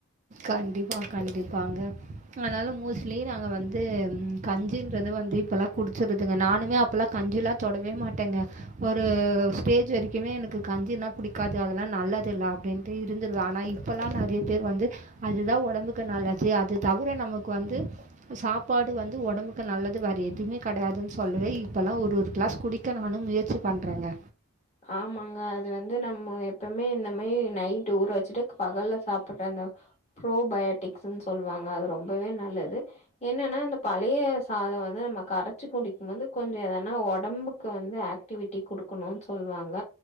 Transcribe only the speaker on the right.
கண்டிப்பா கண்டிப்பாங்க ஆனாலு மோஸ்ட்லி நாங்க வந்து கஞ்சுன்றது வந்து இப்பல்லா குடிச்சிருதுங்க நானுமே அப்போல்லா கஞ்சில்லா தொடவே மாட்டேங்க ஒரு ஸ்டேஜு வரைக்குமே எனக்கு கஞ்சின்னா புடிக்காது அதெல்லா நல்லது இல்ல அப்டின்னு அப்டியே இருந்துருவ ஆனா இப்பல்லா நெறைய பேர் வந்து அதுதா ஒடம்புக்கு நல்லது அது தவுர நமக்கு வந்து சாப்பாடு வந்து ஒடம்புக்கு நல்லது வேற எதுமே கடையாதுன்னு சொல்லுவே இப்பல்லா ஒரு ஒரு கிளாஸ் குடி க்க நானு முயற்சி பண்றேங்க